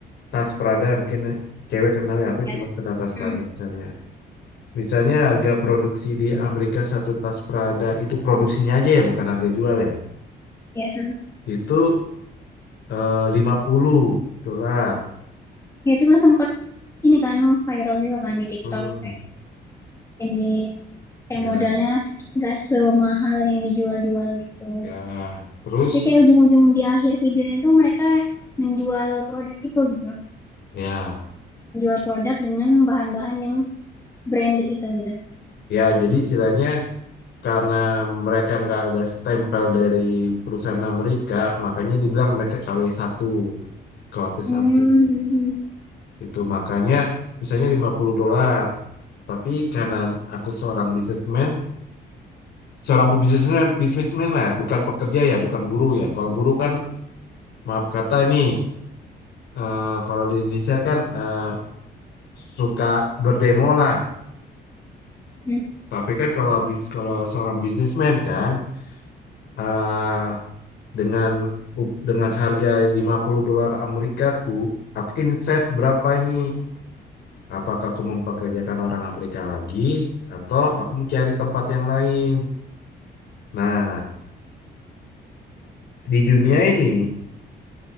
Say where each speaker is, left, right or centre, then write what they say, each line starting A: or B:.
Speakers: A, on the left; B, on the left.
A: tas Prada, mungkin cewek kenal ya, aku
B: ya,
A: cuma kenal tas
B: hmm,
A: Prada misalnya. Misalnya harga produksi di Amerika satu tas Prada itu produksinya aja ya, bukan harga jual ya.
B: ya. hmm.
A: Itu eh, lima puluh dolar.
B: Ya, itu kan sempat ini kan viral juga kan di TikTok
A: Hmm,
B: kayak ini kayak
A: ya,
B: modalnya nggak semahal yang dijual-jual gitu.
A: ya. Terus
B: Tapi kayak ujung-ujung di akhir videonya tuh mereka menjual produk itu gitu,
A: ya,
B: menjual produk dengan bahan-bahan yang branded itu gitu.
A: ya. Jadi istilahnya karena mereka nggak ada stempel dari perusahaan Amerika, makanya dibilang mereka KW1, kw
B: Hmm.
A: satu. K W T satu. Itu makanya misalnya 50 dolar. Tapi karena aku seorang businessman, seorang bisnismen bisnismen lah bukan pekerja ya bukan buruh ya kalau buruh kan maaf kata ini eh, kalau di Indonesia kan eh, suka berdemo lah
B: <laughs>
A: tapi kan kalau bis kalau seorang bisnismen kan eh, dengan up- dengan harga 50 dolar Amerika ku aku mungkin save berapa ini apakah aku mempekerjakan orang Amerika lagi atau aku mencari tempat yang lain nah di dunia ini